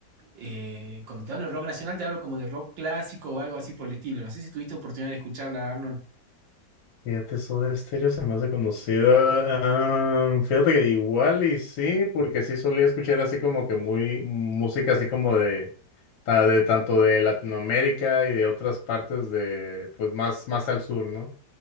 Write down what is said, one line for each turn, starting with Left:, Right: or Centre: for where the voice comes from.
Right: Eh, cuando te hablo de rock nacional, te hablo como de rock clásico o algo así por el estilo. No sé si tuviste oportunidad de escucharla, Arnold.
Left: Fíjate, Soda Stereo se me hace conocida. Ah, fíjate que igual y sí, porque sí solía escuchar así como que muy música así como de, ta- de tanto de Latinoamérica y de otras partes de, pues más, más al sur, ¿no?